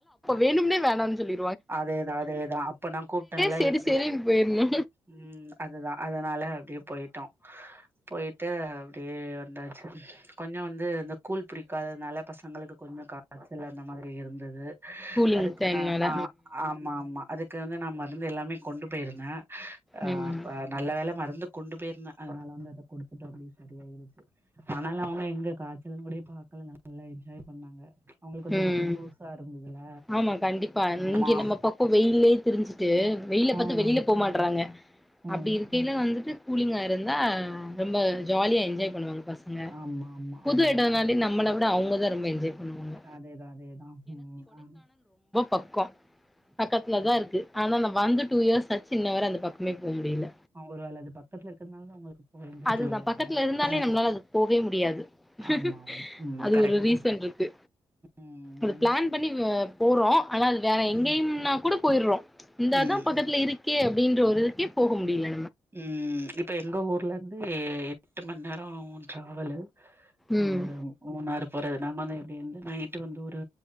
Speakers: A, in the centre; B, on the right (about 25°).
A: வேணும்னே வேணனு சொல்லி
B: அதேதா அதேதா அப்பனா கூப்டேன்ல
A: செரி
B: எப்டி
A: செரின்னு போயிரணு
B: ம் அதுதா அதனால அப்டியே போயிட்டோ போயிட்டு அப்டியே வந்தாச்சு கொஞ்ஜொ வந்து இந்த கூழ் பிடிக்காததுனால பசங்களுக்கு கொஞ்ஜொ காச்சல் அந்த மாதிரி இருந்துது
A: கூலிங்
B: அதுக்கு
A: டைம்னால
B: நா ஆ ஆமா ஆமா அதுக்கு வந்து நான் மருந்து எல்லாமே கொண்டு போயிருந்தேங்க ஆஹ்
A: ம் ம்
B: அப்ப நல்ல வேலை மருந்து கொண்டு போயிருந்தேன் அதனால வந்து அதை கொடுத்துட்டோம் அப்படியே சரிய ஆயிடுச்சு அதனால அவங்க எங்க காய்ச்சலங்கூடே பாக்கலங்க நல்லா என்ஜாய் பண்ணாங்க அவங்களுக்கு வந்து
A: உம்
B: அது புதுசா இருந்ததுல
A: ஆமா கண்டிப்பா
B: ஆமா
A: இங்க நம்ம பக்கம் வெயில்லயே திரிஞ்சுட்டு வெயில பாத்து
B: ம்
A: வெளில போமா பண்றாங்க
B: ம்
A: அப்படி இருக்கைல வந்துட்டு கூலிங்க ஆஹ் இருந்தா ரொம்ப ஜாலியா என்ஜாய் பண்ணுவாங் பசங்க
B: ஆமா ஆமா
A: புது
B: ம்
A: இடனாலே நம்மள விட அவங்க தா அதா ரொம்ப என்ஜாய் பண்ணுவாங்க
B: அதேதான் அதேதான் உம் ஆஹ்
A: பக்கொம் பக்கத்துல தான் இருக்கு ஆனா நா வந்து டூ இயர்ஸ் சின்னவர் அந்த பக்கமே போ முடியல
B: ஒருவேள அது பக்கத்துல இருக்கிறதுனால உங்களுக்கு போக இன்ட்ரெஸ்ட்
A: அதுதான்
B: இல்லையோ என்னவோ.
A: பக்கத்துல இருந்தாலே
B: ம்.
A: நம்மளால அது போவே முடியாது ஹ்ம்ம்
B: ஆமா, ஆமா. ம்
A: அது
B: கரெக்ட்டு
A: ஒரு ரீசன்
B: தான்.
A: இருக்கு
B: ம்.
A: அது பிளான் பண்ணி போறோம் ஆனா அது வேற எங்கேயும்னா
B: ம்,
A: கூட போய்ட்றோம் இந்தா
B: ம்.
A: தான் பக்கத்துல இருக்கே கே அப்படின்ற ஒரு இதுக்கே போக முடில
B: உம் இப்போ எங்கள் ஊர்லேருந்து எட்டு மணிநேரம் ட்ராவல் அந்த
A: ம்
B: மூ <unintelligible> போறது நாங்க வந்து எப்படி வந்து நைட்டு வந்து ஒரு